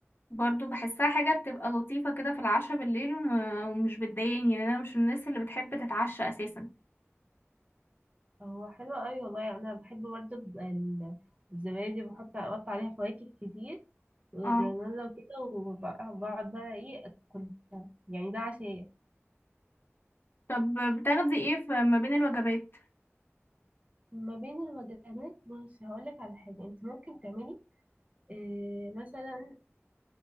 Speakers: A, on the left; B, on the right.
A: برضو بحسها حاجة بتبقى لطيفة كده في العشاء بالليل وم... ومش بتضايقني لان انا مش من الناس اللي بتحب تتعشى اساسا
B: هو حلو قوي والله يعني انا بحب برضه ال- الزبادي بحط اقطع عليها فواكه كتير وجرانولا
A: اه
B: وكده وبقعد بقى ايه اكل يعني ده عشاء
A: طب بتاخدي ايه في ما بين الوجبات
B: ما بين الوجبات بص هقولك على حاجة انت ممكن تعملي إيه مثلا